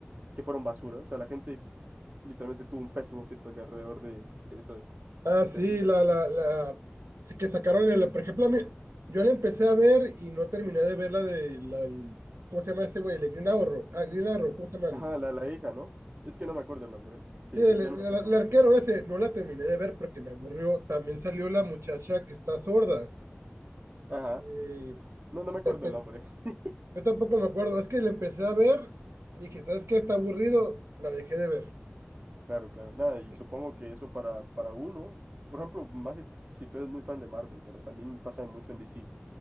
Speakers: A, on the right; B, on the right.
A: Que fueron basura. O sea, la gente literalmente tuvo un pésimo feedback alrededor de, de esas
B: Ah, sí,
A: series.
B: la, la, la sí que sacaron el, por ejemplo, a mí, yo la empecé a ver y no terminé de ver la de la, del- ¿cómo se llama este güey? El de Green Arrow, ah, Green Arrow, ¿cómo se llama? El,
A: Ajá, la, la hija, ¿no? Es que no me acuerdo el nombre. Sí,
B: sí, el,
A: yo, yo
B: el-
A: no me acuerdo
B: el-
A: el
B: el
A: nombre.
B: arquero ese, no la terminé de ver porque me aburrió. También salió la muchacha que está sorda.
A: Ajá.
B: eh,
A: No, no me acuerdo
B: pero pues,
A: el nombre. <laughs>
B: yo tampoco me acuerdo, es que la empecé a ver, dije, ¿sabes qué? Está aburrido, la dejé de ver.
A: Claro, claro. Nada, y
B: Y-
A: supongo que eso para, para uno, por ejemplo, más si, si tú eres muy fan de Marvel, pero también pasa mucho en DC.